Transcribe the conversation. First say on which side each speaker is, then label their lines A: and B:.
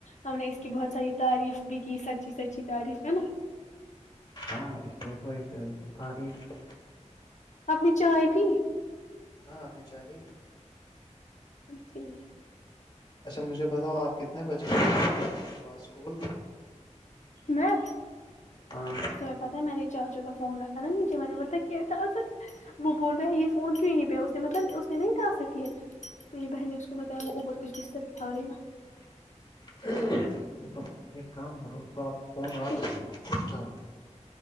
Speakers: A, on the left (about 70°); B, on the left (about 40°).
A: ہم نے کی بہت ساری تعریف بھی کی سچی سچی تعریف ہے نا
B: ہاں اس سے <unintelligible>
A: آپ نے چائے پی
B: ہاں آپ نے چائے پی
A: ٹھیک
B: اچھا مجھے بتاؤ آپ کتنے بچے <inaudible> صبح اسکول
A: میں
B: ہاں
A: تمہیں پتا ہے میں نے چاچو کا فون رکھا نا نیچے میں نے پتہ کیا تھار وہ بول رہے ہیں یہ فون یہیں پہ ہے اس نے مطلب اس نے نہیں کا سکی ہے میری بہن نے اس کو بتایا وہ اوپر کچھ بستر اٹھا رہی ہے
B: <inaudible> تم ایک کام کرو اس کو آپ فون
A: ہے
B: واپس دو جاؤ